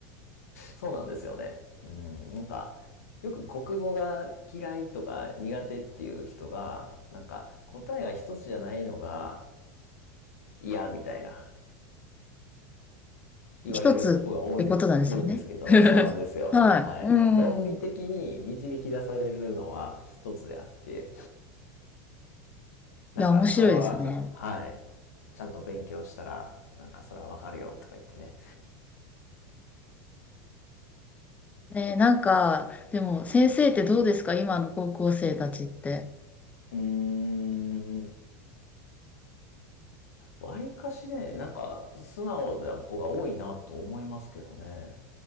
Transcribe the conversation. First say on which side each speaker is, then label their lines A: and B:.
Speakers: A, on the left; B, on the left.
A: そうなんですよね。うん、なんか、よく国語が嫌いとか苦手っていう人が、なんか答えが一つじゃないのが嫌みたいな言われる子が多い、
B: 一つってことなんですよね。
A: 多いんですけど、
B: <laughs>
A: そうなんですよ。
B: はい。
A: はい。
B: うん。
A: 論理的に導き出されるのは一つであって、なんかそれは、
B: いや、面白いですね。
A: はい。ちゃんと勉強したら、なんかそれはわかるよとか言ってね。
B: ねえ、なんか、でも先生ってどうですか今の高校生たちって。
A: うーん、わりかしね、なんか素直な子が多いなと思いますけどね。